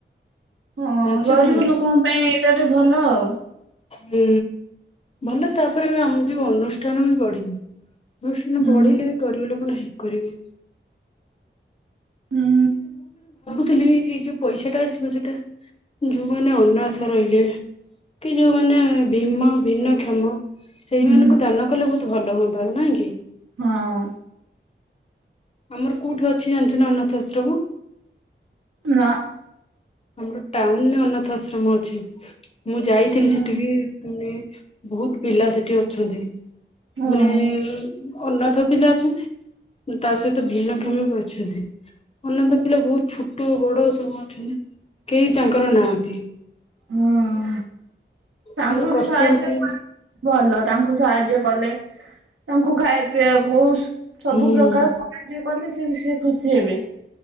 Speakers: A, on the right; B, on the left.
A: ହଁ
B: ଜାଣିଛ
A: ଗରିବ
B: କି ନାଇଁ
A: ଲୋକଙ୍କ ପାଇଁ ଏଇଟା ତ ଭଲ ଆଉ।
B: ହୁଁ ଭଲ ତାପରେ ଆମ ଯୋଉ ଅନୁଷ୍ଠାନ ବି ବଢ଼ି ଟୁସନ
A: ହୁଁ
B: ବଢିଲେ ଗରିବ ଲୋକନ ହେଲ୍ପ୍ କରିବ।
A: ହୁଁ
B: ହେଲେ ଏଇ ଯୋଉ ପଇସାଟା ଆସିବ ସେଟା ଯୋଉମାନେ ଅନାଥ ରହିଲେ କି ଯୋଉମାନେ ଭୀମ ଭିନ୍ନକ୍ଷମ ସେଇମାନାନଙ୍କୁ
A: ହୁଁ
B: ଦାନ କଲେ ବହୁତ ଭଲ ହୁଅ ନାହିଁକି
A: ହଁ।
B: ଆମର କୋଉଠୁ ଅଛି ଜାଣିଚୁନା ଅନାଥ ଆଶ୍ରମ।
A: ନା।
B: ଆମର ଟାଉନରେ ଅନାଥ ଆଶ୍ରମ ଅଛି ମୁଁ ଯାଇଥିଲି
A: ହୁଁ
B: ସେଠିକି ମାନେ ବହୁତ୍ ପିଲା ସେଠି ଅଛନ୍ତି ମାନେ
A: ଓହୋ
B: ଅନାଥ ପିଲା ଅଛନ୍ତି। ତା ସହିତ ଭିନ୍ନକ୍ଷମ ବି ଅଛନ୍ତି। ମାନେ ଅଧା ପିଲା ବହୁତ ଛୋଟ ବଡ ସବୁ ଅଛନ୍ତି। କେହି ତାଙ୍କର ନାହାନ୍ତି।
A: ହୁଁ ହୋ। ତାଙ୍କୁ
B: ଭାରି କଷ୍ଟରେ
A: ବି ସାହାଯ୍ୟ
B: ସେ
A: <unintelligible> ଭଲ ତାଙ୍କୁ ସାହାଯ୍ୟ କଲେ। ତାଙ୍କୁ ଖାଇବା ପିଆକୁ ସବୁ
B: ହୁଁ
A: ପ୍ରକାର ସାହାର୍ଯ୍ୟ କଲେ ସେ ସେ ଖୁସି ହେବେ।